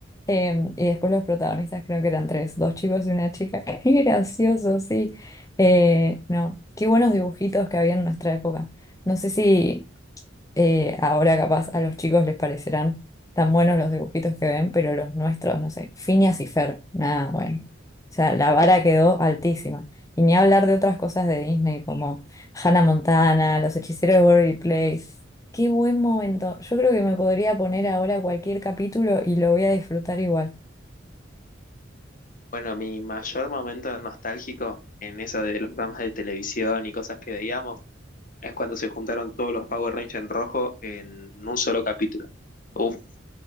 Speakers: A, on the left; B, on the left.
A: Em, y después los protagonistas creo que eran tres, dos chicos y una chica. <laughs> Qué gracioso, sí. Eh, no, qué buenos dibujitos que había en nuestra época. No sé si eh, ahora capaz a los chicos les parecerán tan buenos los dibujitos que ven, pero los nuestros, no sé, Phineas y Fer, nada, bueno. O sea, la vara quedó altísima. Y ni hablar de otras cosas de Disney como Hannah Montana, Los Hechiceros de Waverly Place. Qué buen momento. Yo creo que me podría poner ahora cualquier capítulo y lo voy a disfrutar igual.
B: Bueno, mi mayor momento nostálgico en eso de los programas de televisión y cosas que veíamos es cuando se juntaron todos los Power Rangers en rojo en un solo capítulo. Uf,